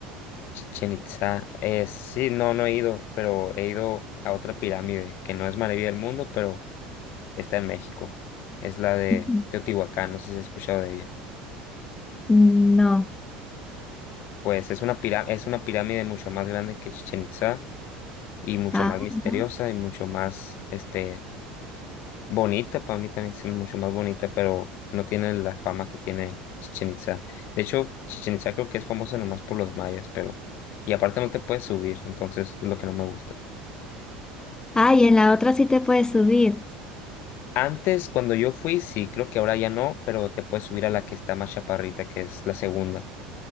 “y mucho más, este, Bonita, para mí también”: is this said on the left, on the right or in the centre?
Left